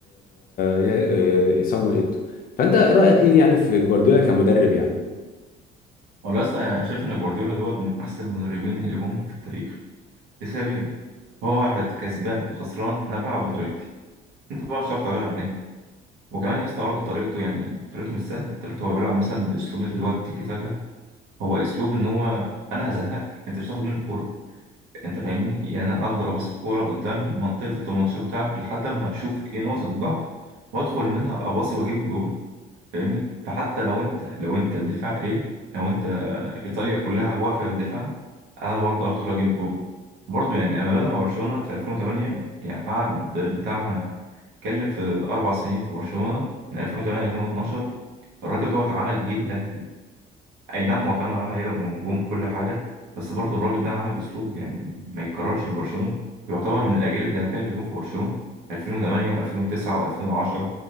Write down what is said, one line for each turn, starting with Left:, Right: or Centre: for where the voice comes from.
Left: يا- آه، صامويل ايتو فانت ايه رايك ايه يعني في جوارديولا كمدرب يعني
Right: والله يا اسطى يعني انا شايف ان جوارديولا دوت من احسن المدربين اللي جم في التاريخ لسببين هو واحد كسبان خسران انا بلعب بطريقتي انت بقى مش هتعرف تغير عليه وكمان يا اسطى برضه طريقته يعني طريقته مش سهله طريقته هو بيلعب مثلا باسلوب اللي هو التيكي تاكا هو اسلوب ان هو انا هزهقك انت مش هتاخد مني الكوره انت فاهمني يعني انا افضل اباص الكوره قدام منطقه ال 18 بتاعك لحد اما اشوف ايه نقطه الضعف وادخل منها اباصي واجيب الجون فاهمني فحتى لو انت لو انت الدفاع ايه لو انت ايطاليا كلها واقفه بالدفاع انا برضه هدخل اجيب جون برضه يعني لما بدأ مع برشلونه في 2008 يعني قعد بتاع اتكلم في اربع سنين في برشلونه من 2008 ل 2012 الراجل دوت عمل جيل ذهبي اي نعم هو كان معاه لعيبه ونجوم وكل حاجه بس برضه الراجل ده عمل اسلوب يعني ما يتكررش في برشلونه يعتبر من الاجيال الذهبيه اللي جم في برشلونه 2008 و2009 و2010